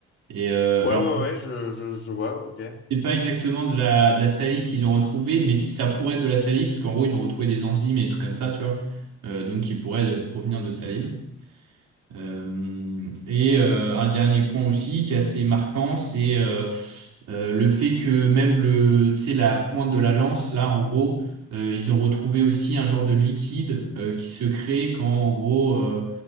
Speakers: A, on the right (about 75°); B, on the left (about 40°).
A: Et euh,
B: ouais,
A: alors,
B: ouais, ouais, je, je, je vois, ok.
A: c'est pas exactement de la, de la salive qu'ils ont retrouvée, mais ça pourrait être de la salive, puisqu'en gros, ils ont retrouvé des enzymes et des trucs comme ça, tu vois, euh, donc qui pourraient
B: Mm.
A: euh, provenir de salive. Euh, et euh, un dernier point aussi qui est assez marquant, c'est euh, euh, le fait que même le, tu sais, la pointe de la lance, là, en gros, euh, ils ont retrouvé aussi un genre de liquide euh, qui se crée quand, en gros, euh,